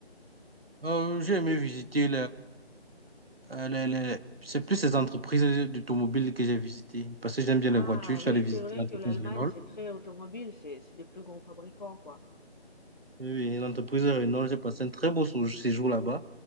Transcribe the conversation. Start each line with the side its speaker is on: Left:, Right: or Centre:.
Right: Euh, j'ai aimé visiter Euh, les- les- C'est plus les entreprises d'automobile que j'ai visitées parce que j'aime bien les
Left: Ah
Right: voitures. Je
Left: oui,
Right: suis allé visiter
Left: c'est vrai
Right: l'entreprise
Left: que l'Allemagne,
Right: Renault.
Left: c'est très automobile, c'est c'est des plus grands fabricants, quoi.
Right: Oui, oui, l'entreprise Renault, j'ai passé un très beau sou- séjour là-bas